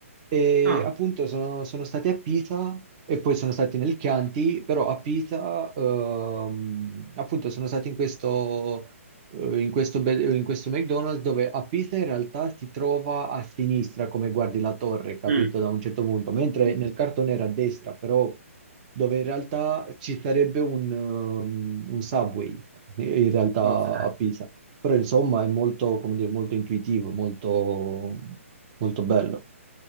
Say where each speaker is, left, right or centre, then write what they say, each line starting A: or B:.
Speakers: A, on the right; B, on the right.
A: E
B: Ah,
A: appunto sono, sono stati a Pisa e poi sono stati nel Chianti, però a Pisa, ehm, appunto, sono stati in questo eh, in questo, be- in questo McDonald's dove a Pisa in realtà si trova a sinistra come guardi la torre, capito?
B: mm.
A: Da un certo punto, mentre
B: Sì,
A: nel cartone era a destra, però dove in realtà ci sarebbe un, um, un subway in realtà
B: Ok.
A: a Pisa. Però insomma è molto, come dire, molto intuitivo, molto, molto bello.